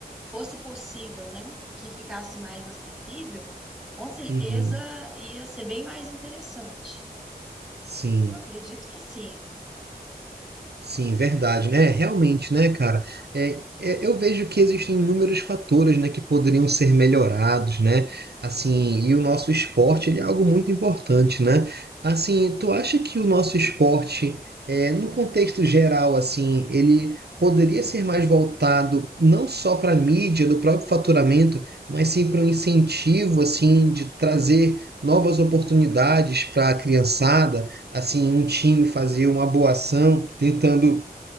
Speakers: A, in the centre; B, on the right (about 85°).
A: fosse possível, né, que ficasse mais acessível, com certeza
B: Uhum,
A: ia ser bem mais interessante.
B: sim.
A: Eu acredito que sim.
B: Sim, verdade, né? Realmente, né, cara? É, é, eu vejo que existem
A: Sim,
B: inúmeros fatores, né, que poderiam ser melhorados, né? Assim, e o nosso esporte, ele é algo muito importante, né? Assim, tu acha que o nosso esporte, é, no contexto geral, assim, ele poderia ser mais voltado não só para a mídia, do próprio faturamento, mas sim para um incentivo, assim, de trazer novas oportunidades para a criançada? assim um time fazia uma boa ação, tentando